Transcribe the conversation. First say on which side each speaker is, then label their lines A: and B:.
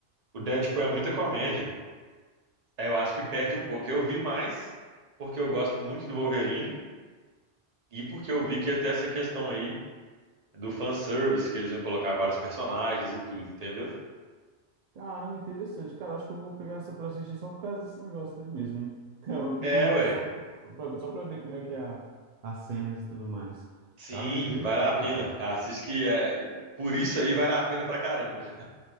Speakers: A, on the right; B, on the right.
A: O Deadpool é muita comédia. É, eu acho que perde um pouco. Eu vi mais porque eu gosto muito do Wolverine e porque eu vi que ia ter essa questão aí do fanservice, que eles iam colocar vários personagens e tudo, entendeu?
B: Caramba, interessante. Cara, acho que eu vou pegar essa pra assistir só por causa desse negócio aí mesmo, hein? <laughs> Cara, eu fiquei
A: É,
B: curioso
A: ué.
B: só pra, só pra só pra ver como é que é a, as cenas e tudo mais.
A: Sim,
B: Cara, interessante,
A: vale a pena.
B: velho.
A: Assiste que é. Por isso aí vale a pena pra caramba.